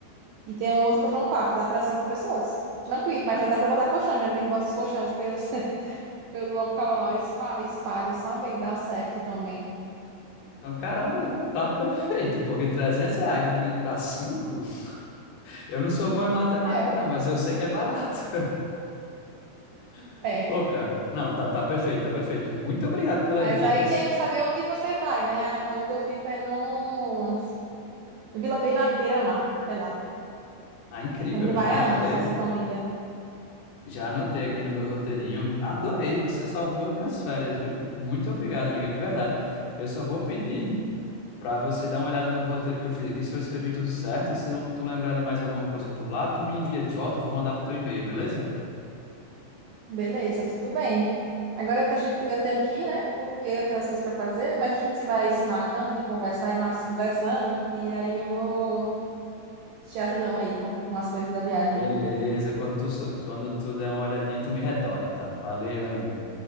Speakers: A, on the right; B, on the left.
A: E tem um outro colchão no quarto, dá para cinco pessoas. Tranquilo, mas
B: Ca-
A: ainda dá pra botar colchão, já bota os colchões pelos pelo local lá, espa- espalha, sabe? E dá certo também.
B: Então, caramba, tá perfeito, porque 300 reais dividido para cinco <laughs> Eu não sou bom em matemática,
A: É,
B: não, mas eu sei que é barato. <laughs>
A: é.
B: Pô, cara, não, tá, tá perfeito, tá perfeito. Muito obrigado pelas
A: Mas
B: dicas.
A: aí tem que saber onde você vai, né? É Onde eu fico é no Vila Beira- Beira-Mar, é lá.
B: Ah, incrível,
A: onde
B: eu
A: vai
B: já anotei.
A: há anos, nossa família.
B: Já anotei aqui no meu roteirinho. Adorei, você salvou as minhas férias, viu? Muito obrigado, amiga, de verdade. Eu só vou pedir para você dar uma olhada no roteiro que eu fiz aqui, se eu escrevi tudo certo, e se tu lembrar de mais alguma coisa por lá, tu me envia de volta, vou mandar pro teu e-mail, beleza?
A: Beleza, tudo bem. Agora tá- gente- eu tenho que ir, né? Porque eu tenho as coisas para fazer, mas a gente vai se marcando de conversar e mas- conversando. E aí eu vou te ajudando aí com com as coisas da viagem.
B: Beleza, quando tu, so- quando tu der uma olhadinha, tu me retorna, então. Valeu, amiga.